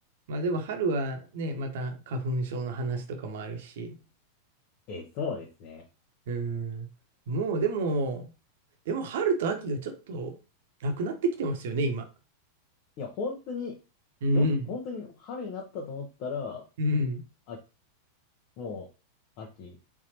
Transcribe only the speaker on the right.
まあでも春はね、また花粉症の話とかもあるし、
うん。もうでも、でも春と秋がちょっとなくなってきてますよね、今。
うん。
うん。